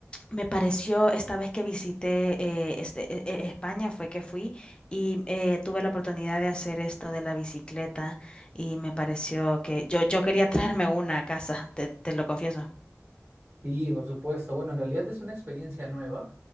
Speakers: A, on the left; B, on the right.
A: me pareció esta vez que visité eh, este, e- e- España, fue que fui y eh, tuve la oportunidad de hacer esto de la bicicleta y me pareció que yo, yo quería <laughs> traerme una a casa, te, te lo confieso.
B: Sí, por supuesto. Bueno, en realidad es una experiencia nueva